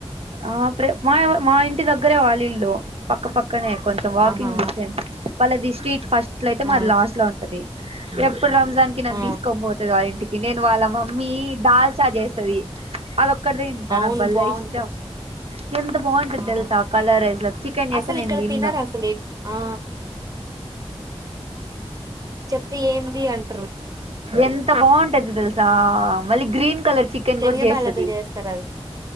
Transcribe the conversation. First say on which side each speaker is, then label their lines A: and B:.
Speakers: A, on the right; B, on the right.
A: ఆ ప్ర మా మా ఇంటి దగ్గరే వాళ్ళిల్లు పక్కపక్క పక్కనే కొంచెం వాకింగ్
B: ఆహా
A: డిస్టెన్స్ వాళ్ళ ది స్ట్రీట్ ఫస్ట్ అట్ల అయితే
B: ఆ
A: మాది లాస్ట్ లో ఉంటది ఎప్ ప్పుడు రంజాన్ కి నను
B: ఆ ఆ.
A: తీసుకోనిపోతది వాళ్ళింటికి నేను వాళ్ళ మమ్మీ దాల్చా చేస్తది అదప్ కటి తింటా
B: అవును
A: నాకు బల్లే
B: బాగుంటది
A: ఇష్టం ఎంత బాగుంటది
B: ఆ
A: తెలుసా కలర్ చికెన్ చేస్తే
B: అసలు
A: నేను
B: ఇక్కడ
A: తిన్ను
B: తినరు అసలు ఏ- ఆ తే ఏంది అన్
A: ఎంత బాగుంటాది తెల్సా మళ్ళీగ్ గ్రీన్ కలర్ చికెన్
B: చనగ
A: కూడా చేస్తది
B: బ్యాల్లతో చేస్తరు అవి